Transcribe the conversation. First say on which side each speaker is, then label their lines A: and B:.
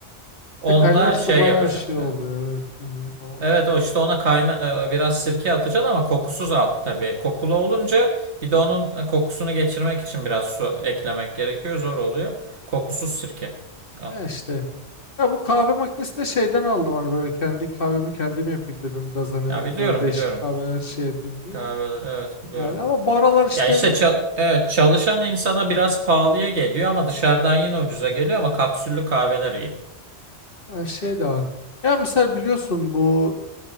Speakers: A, on the right (about 80°); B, on the left (about 55°).
A: Onunla
B: De kaynar su
A: şey
B: bayağı
A: yapacaksın.
B: şey oluyor
A: Evet.
B: evet. Hani o
A: Evet o işte ona kayna e, biraz sirke atacaksın ama kokusuz al tabii. Kokulu olunca bir de onun e, kokusunu geçirmek için biraz su eklemek gerekiyor. Zor oluyor. Kokusuz sirke al.
B: ya işte. Ya bu kahve makinesi de şeyden aldım hani böyle kendi kahvemi kendim yapayım dedim biraz hani
A: Ya biliyorum
B: böyle değişik
A: biliyorum.
B: kahveler şey yapayım diye.
A: Kahveler evet biliyorum.
B: Yani ama bu aralar işte
A: Ya işte ça- evet, çalışan insana biraz pahalıya geliyor ama dışarıdan yine ucuza geliyor ama kapsüllü kahveler iyi.
B: e, şey de var. Ya mesela biliyorsun bu